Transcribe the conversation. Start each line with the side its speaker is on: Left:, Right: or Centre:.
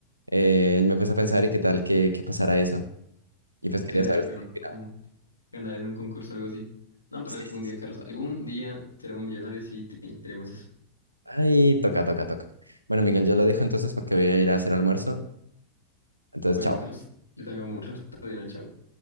Right: Eh, me puse a pensar y qué tal que, que pasara eso. Y pues quería
Left: Sería
Right: saber
Left: raro
Right: usted
Left: que no,
Right: qué opinaba.
Left: como ganar en un concurso o algo así. No, pero
Right: Sí,
Left: algún
Right: sí,
Left: día,
Right: sí.
Left: Carlos, algún día seremos millonarios y te- tenemos eso.
Right: Ay, toca, toca, toca. Bueno, Miguel, yo lo dejo entonces porque voy a ir a hacer almuerzo. Entonces,
Left: Bueno,
Right: chao.
Left: Carlos, yo también voy a morir. Todo bien, chao.